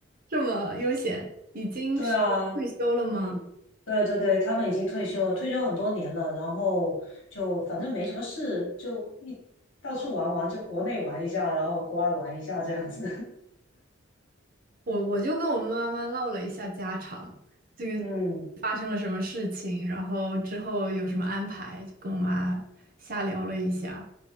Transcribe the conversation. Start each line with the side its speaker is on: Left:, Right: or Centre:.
Right: 这么悠闲，已经是退休了吗？
Left: 对啊，嗯，对对对，他们已经退休了，退休很多年了，然后就反正没什么事，就一到处玩玩，就国内玩一下，然后国外玩一下这样子。
Right: 我我就跟我妈妈唠了一下家常，这个
Left: <laughs> 嗯。
Right: 发生了什么事情，然后之后有什么安排，就跟我妈瞎聊了一下。